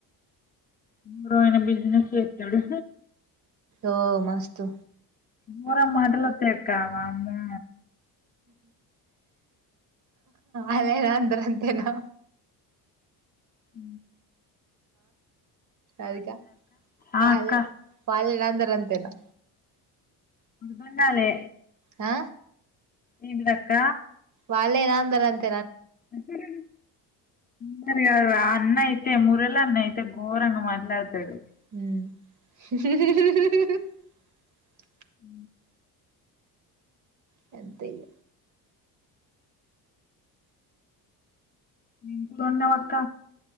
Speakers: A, on the left; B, on the right.
A: ఉమ్ బ్రో అయిన బిజినెస్ చేతడు
B: ఓ మస్తు
A: నూరా మాటలోత్తే చెప్తా వాముమ్మో
B: అదేనా అంట్రా అంతేనా
A: ఊ
B: అదిగా
A: ఆ
B: వాళ్ళే
A: అక్క
B: పాలెరందరంతేనా
A: బుద్ధుండాలే
B: ఆ
A: ఈమి దక్క
B: పాలేరాందరంతే
A: ఉ హు హు మరి ఇగ ఆ అన్న అయితే మురళన్న అయితే ఘోరంగా మాట్లాడతాడు
B: ఊ <unintelligible>
A: ఊ
B: గంతే ఇగ
A: నింకులు ఉండవ్ అక్క